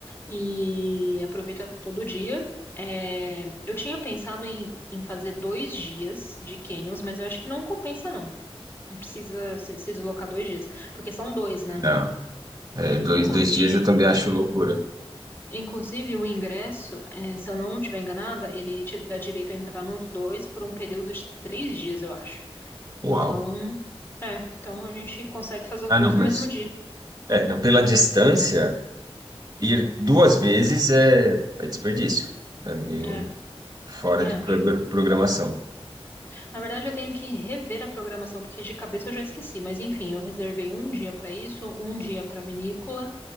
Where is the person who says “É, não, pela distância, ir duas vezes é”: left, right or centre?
Right